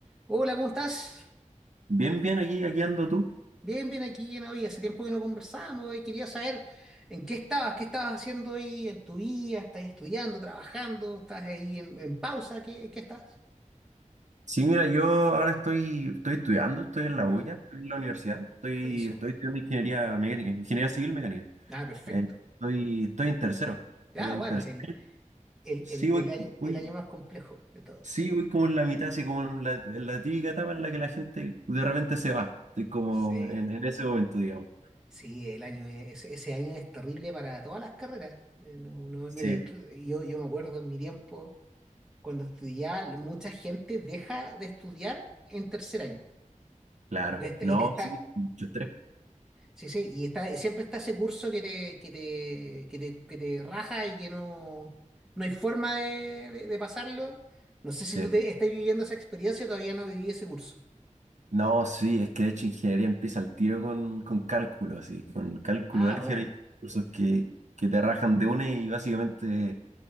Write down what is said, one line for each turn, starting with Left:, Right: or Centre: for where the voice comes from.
Centre: Hola, ¿cómo estás?
Right: Bien, bien, aquí, aquí ando tú.
Centre: Bien, bien aquí en hoy. Hace tiempo que no conversamos y quería saber en qué estabas, qué estabas haciendo hoy en tu vida. ¿Estás estudiando, trabajando? ¿Estás ahí en, en pausa? ¿Qué, qué estás?
Right: Sí, mira, yo ahora estoy, estoy estudiando, estoy en
Centre: ¿no?
Right: la UIA, estoy en la universidad, estoy,
Centre: Buenísimo.
Right: estoy estudiando ingeniería mecánica, ingeniería civil mecánica.
Centre: Ah, perfecto.
Right: Eh, estoy, estoy en tercero, estoy
Centre: Ah,
Right: en
Centre: bueno,
Right: tercero.
Centre: el, el,
Right: Sí,
Centre: el,
Right: voy,
Centre: el año,
Right: voy-
Centre: el año más complejo de todos.
Right: sí, voy como en la mitad, así como en la, en la típica etapa en la que la gente de repente se va. Estoy como
Centre: Sí,
Right: en, en ese momento, digamos.
Centre: sí, el año es- ese, ese año es terrible para todas las carreras. Eh, no, no,
Right: Sí,
Centre: mira, inclu- yo, yo me acuerdo en mi tiempo, cuando estudiaba, mucha gente deja de estudiar en tercer año.
Right: claro.
Centre: que está,
Right: No,
Centre: y que está,
Right: sí, mucho estrés.
Centre: sí, sí, y está, siempre está ese curso que te, que te, que te, que te raja y que no, no hay forma de, de- de pasarlo. No sé
Right: Sí.
Centre: si tú te, estás viviendo esa experiencia, todavía no viví ese curso.
Right: No, sí, es que de hecho ingeniería empieza al tiro con, con cálculo, así, con cálculo,
Centre: Ah,
Right: álgebra
Centre: bueno.
Right: y cursos que, que te rajan de una y básicamente,